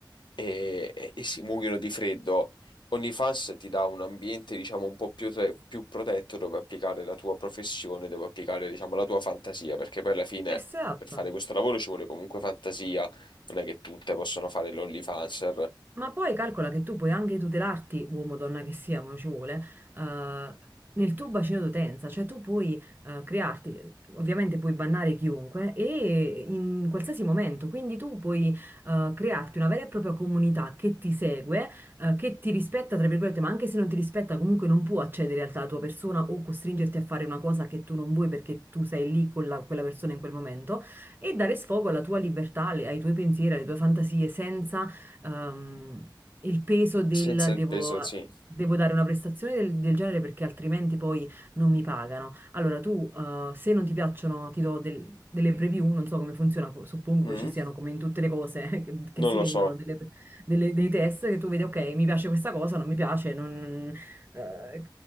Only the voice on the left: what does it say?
e, e e si muoiono di freddo. OnlyFans ti dà un ambiente, diciamo, un po' più, te- più protetto dove applicare la tua professione, dove applicare, diciamo, la tua fantasia, perché poi alla fine
per fare questo lavoro ci vuole comunque fantasia, non è che tutte possono fare l'OnlyFanser.
Senza il
peso, sì.
Mm?
Non
lo
so.